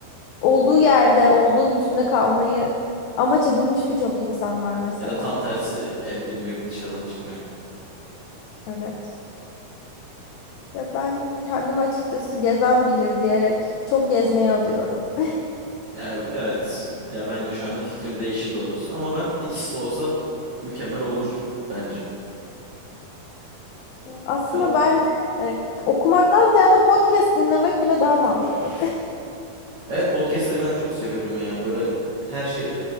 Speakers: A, on the left; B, on the right.
A: olduğu yerde, olduğu bütünde kalmayı amaç edinmiş birçok insan var mesela.
B: Ya da tam tersi evde durmayıp dışarıdan çıkmıyor.
A: Evet. Ya ben kendim açıkçası gezen bilir diyerek çok gezmeye adıyorum.
B: Ya evet. Ya ben de şu anda fikrim değişti doğrusu. Ama ben ikisi de olsa mükemmel olur bence.
A: <laughs> Aslında
B: Ben o
A: ben e, okumaktan ziyade podcast dinlemek bile daha mantıklı.
B: Evet podcastleri ben de çok seviyorum ya. Böyle her şey e,